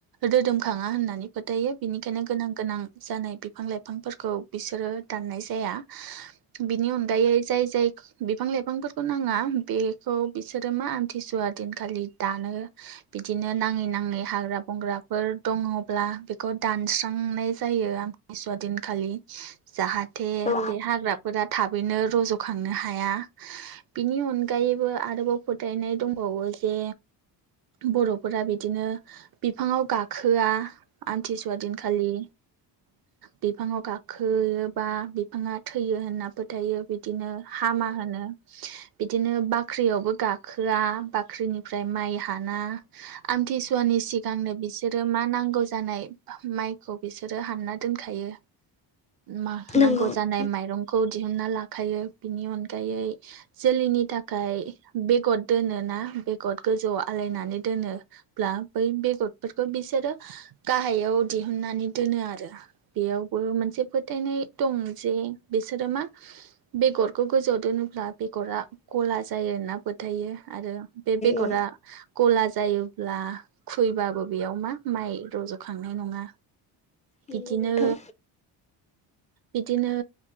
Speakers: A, on the right (about 55°); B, on the left (about 15°).
A: रोदोमखाङा होननानै फोथायो बेनिखायनो गोनां गोनां जानाय बिफां लाइफांफोरखौ बिसोरो दाननाय जाया बिनि अनगायै जाय जाय बिफां - लाइफांफोरखौ नाङा बे खौ बिसोरो मा आमथिसुवा दिनखालि दानो बिदिनो नाङै नाङै हाग्रा बंग्राफोर दङब्ला बेखौ दानस्रांनाय जायो आमथिसुवा दिनखालि जाहाथे
B: औ
A: बे हाग्रा फोरा थाबैनो रज'खांनो हाया बिनि अनगायै आरोबाव फोथायनाय दंबावो जे बर'फोरा बिदिनो बिफाङाव गाखोआ आमथिसुवा दिनखालि बिफाङाव गाखो खोयोबा बिफाङा थैयो होन्नाबो हमथायो बिदिनो हामा होनो बिदिनो बाख्रियावबो गाखोआ बा बाख्रिनिफ्राय माइ हाना आमथिसुवानि सिगांनो बिसोरो मा नांगौ जानाय माइखौ बिसोरो हानना दोनखायो मा
B: नंगौ
A: नांगौ जानायनाय
B: नोंथां
A: माइरं खौ दिहुनना लाखायो बिनि अनगायै जोलैनि थाखाय बेगर दोनोना बेगर गोजौआव आलायनानै दोनोब्ला बै बेगरफोरखौ बिसोरो गाहायाव दिहुननानै दोनो आरो बेयावबो मोनसे फोथायनाय दं जे बिसोरो मा बेगरखौ गोजौआव दोनोब्ला बेगरा गला जायो होनना फोथायो आरो बे बेगरा
B: औ
A: गला जायोब्ला खुैबाबो बेयाव मा माइ रज'खांनाय नङा
B: नंगौ
A: बिदिनो
B: नोंथां
A: बिदिनो